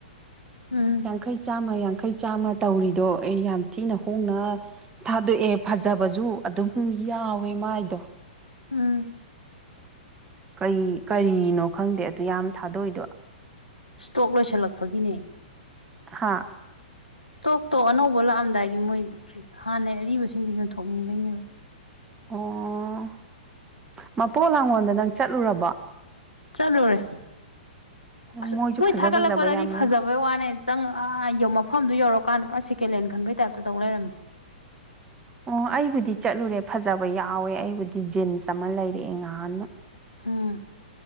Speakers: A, on the left; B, on the right.
A: ꯎꯝ
B: ꯌꯥꯡꯈꯩ ꯆꯥꯝꯃ ꯌꯥꯡꯈꯩ ꯌꯥꯡꯈꯩ ꯆꯥꯝꯃ ꯇꯧꯔꯤꯗꯣ ꯑꯩ ꯌꯥꯝ ꯊꯤꯅ ꯍꯣꯡꯅ ꯊꯥꯗꯣꯛꯑꯦ ꯐꯖꯕꯁꯨ ꯑꯗꯨꯝ ꯌꯥꯎꯋꯦ ꯃꯥꯏꯗꯣ
A: ꯑꯥ
B: ꯀꯩ ꯀꯔꯤꯅꯣ ꯈꯪꯗꯦ ꯑꯗꯨ ꯌꯥꯝ ꯊꯥꯗꯣꯛꯏꯗꯣ
A: ꯏꯁꯇꯣꯛ ꯂꯣꯏꯁꯤꯜꯂꯛꯄꯒꯤꯅꯦ
B: ꯍꯥꯥ
A: ꯏꯁꯇꯣꯛꯇꯣ ꯑꯅꯧꯕ ꯂꯥꯛꯑꯝꯗꯥꯏꯒꯤ ꯃꯣꯏ ꯍꯥꯟꯅ ꯑꯔꯤꯕꯁꯤꯡꯗꯨ ꯌꯣꯟꯊꯣꯛꯅꯤꯡꯕꯩꯅꯦꯕ
B: ꯑꯣ ꯃꯄꯣ ꯂꯥꯡꯉꯣꯜꯗ ꯅꯪ ꯆꯠꯂꯨꯔꯕ
A: ꯆꯂꯣꯔꯦ
B: ꯃꯣꯏꯁꯨ
A: ꯑꯁ ꯃꯣꯏ
B: ꯐꯖ
A: ꯊꯥꯒꯠꯂꯛꯄꯗꯗꯤ
B: ꯐꯖꯕ ꯌꯥꯝ ꯌꯥꯎꯋꯦ
A: ꯐꯖꯕꯩ ꯋꯥꯅꯦ ꯆꯪꯉꯛ ꯃꯐꯝꯗꯨꯣ ꯌꯧꯔꯀꯥꯟꯗ ꯁꯦꯀꯦꯟ ꯍꯦꯟ ꯈꯟꯕꯩ ꯇꯥꯏꯞꯇ ꯇꯧ ꯂꯩꯔꯝꯃꯤ
B: ꯑꯣ ꯑꯩꯕꯨꯗꯤ ꯆꯠꯂꯨꯔꯦ ꯐꯖꯕ ꯌꯥꯎꯋꯦ ꯑꯩꯕꯨꯗꯤ ꯖꯤꯟꯁ ꯑꯃ ꯂꯩꯔꯛꯑꯦ ꯉꯥꯏꯍꯥꯟꯅ
A: ꯑꯝ